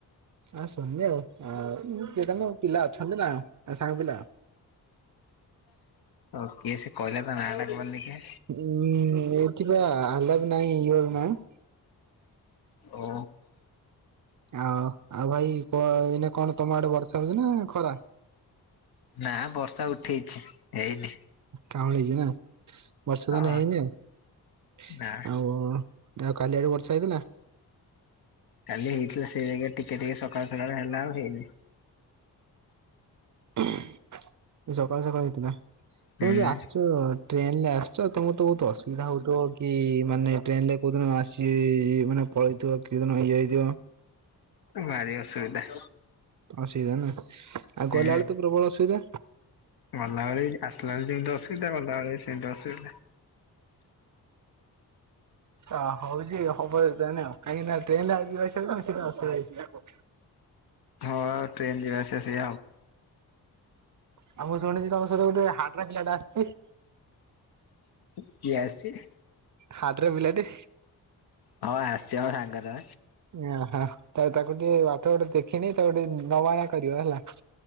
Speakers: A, on the right; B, on the left.
A: ହଁ ଶୁଣିଲି ଆଉ କିଏ ତମ ପିଲା ଅଛନ୍ତି ନା ସାଙ୍ଗ ପିଲା
B: ଓ କିଏ ସେ କହିଲା ତା ନାଁ ଟା କୁହନି ଦେଖିଆ
A: ଉଁ ଏଠି ବା ଆଲାପ ନହିଁ ଇର ନାହିଁ
B: ଓ
A: ଆଉ ଆଉ ଭାଇ କୁହ ଏଇ କଣ ତମ ଆଡେ ବର୍ଷା ହଉଛି ନା ଖରା?
B: ନା ବର୍ଷା ଉଠେଇଛି। ହେଇନି
A: କାଉଁଳି ହେଛି ନା ବର୍ଷାଦାନ
B: ହଁ
A: ହେଇନି ଆଉ
B: ନା
A: ଆଉ ଆଉ କାଲି ଏଡୁ ବର୍ଷ ହେଇଥିଲା।
B: କାଲି ହେଇଥିଲା ସେଇ ବାଗିଆ ଟିକେ ଟିକେ ସକାଳୁ ସକାଳୁ ହେଲା ଆଉ ହେଇନି
A: ହଁ ସକାଳେ ସକାଳେ ହେଇଥିଲା। ତୁମ
B: ହୁଁ
A: ଯ ଆସିଛ ଟ୍ରେନ ରେ ଆସିଛ ତମର ତ ବହୁତ ଅସୁବିଧା ହଉଥିବ କି ମାନେ ଟ୍ରେନ ରେ କୋଉଦିନ ଆସି ମାନେ ପଳେଇଥିବ କେଉଦିନ ଇଏ ହେଇଥିବ।
B: ଭାରି ଅସୁବିଧା
A: ହସିଇଦ ନା ଆଉ
B: ହୁଁ
A: ଗଲାବେଳେ ତ ପ୍ରବଳ ଅସୁବିଧା।
B: ଗଲାବେଳେ ଆସିଲା ବେଳେ ଯେମିତି ଅସୁବିଧା ଗଲାବେଳେ ସେମିତି ଅ ସେ
A: ଅ ହଉଛି ହବ କାହିଁକି ଟ୍ରେନ ଆଜି ସାସ
B: ହ ଟ୍ରେନ ଯ ବସ ସ
A: ଆଉ ମୁଁ ଶୁଣିଛି ତମ ସହିତ ଗୋଟେ ହାଟର ପିଲା ଟା ଆସିଛି।
B: କିଏ ଆଛି।
A: ହ୍ର ମିିଲଦ
B: ହଁ ଆସିଛି ଆମ ସାଙ୍ଗରେ
A: ଓହୋ ତା ତାକୁ ଟିକେ ବାଟ ଗୋଟେ ଦେଖିନି ତାକୁ ଟିକେ ନବାଆ କରିବ ହେଲା।